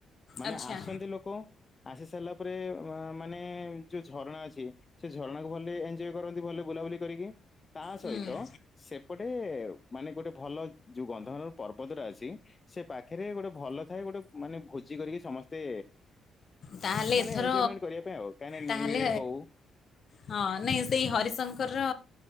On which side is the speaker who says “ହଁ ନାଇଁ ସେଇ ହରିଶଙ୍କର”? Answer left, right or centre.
Left